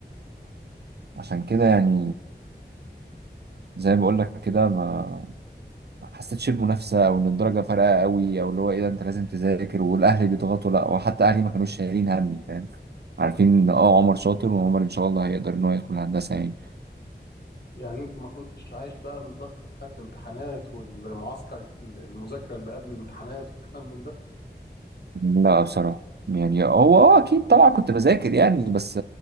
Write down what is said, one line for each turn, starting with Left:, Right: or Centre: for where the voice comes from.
Right: عشان كده يعني زي ما بقول لك كده ما ما حسيتش بمنافسه او ان الدرجه فارقه قوي او اللي هو ايه ده انت لازم تذاكر والاهل بيضغطوا لا وحتى اهلي ما كانوش شايلين همي فاهم عارفين ان اه عمر شاطر وعمر ان شاء الله هيقدر ان هو يدخل هندسه يعني
Left: يعني انت ما كنتش عايش بقى الضغطه بتاعت الامتحانات والمعسكر المذاكره اللي قبل الامتحانات والكلام من ده
Right: لا بصراحه يعني هو اه اكيد طبعا كنت بذاكر يعني بس